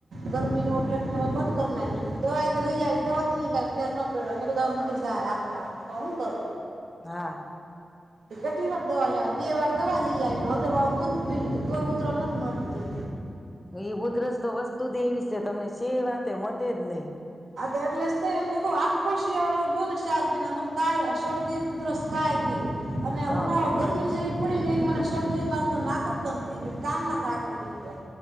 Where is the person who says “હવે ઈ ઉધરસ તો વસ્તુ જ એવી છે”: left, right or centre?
Left